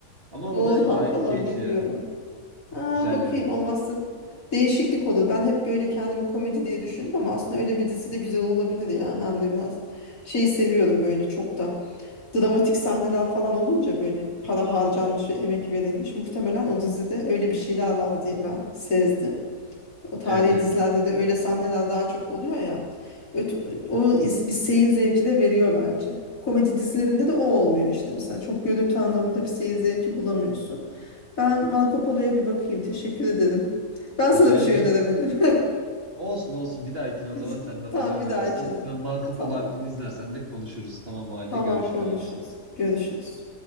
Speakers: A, on the right (about 40°); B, on the left (about 65°).
A: Ama
B: Moğol
A: o da gayet
B: Han falan
A: keyifli
B: bilmiyorum.
A: yani.
B: Aa,
A: Güzel
B: bakayım
A: yani.
B: olmazsa değişiklik olur. Ben hep böyle kendimi komedi diye düşündüm ama aslında öyle bir dizi de güzel olabilir ya. Hem de biraz şey seviyorum böyle çok da. dramatik sahneler falan olunca böyle para harcanmış ve emek verilmiş. Muhtemelen o dizide öyle bir şeyler var diye ben sezdim. O tarihi
A: Evet evet.
B: dizilerde de öyle sahneler daha çok oluyor ya. Öt- O is- bir seyir zevki de veriyor bence. Komedi dizilerinde de o olmuyor işte mesela. Çok görüntü anlamında bir seyir zevki bulamıyorsun. Ben Marco Polo'ya bir bakayım. Teşekkür ederim. Ben sana
A: Rica
B: bir şey
A: ederim.
B: öneremedim.
A: Olsun olsun bir dahakine o
B: <laughs>
A: zaman sen de
B: Tamam
A: bana önerirsin.
B: bir dahakine.
A: Sen Marco
B: Tamam.
A: Polo hakkında izlersen de konuşuruz. Tamam o halde
B: Tamam
A: görüşürüz.
B: konuşuruz. Görüşürüz.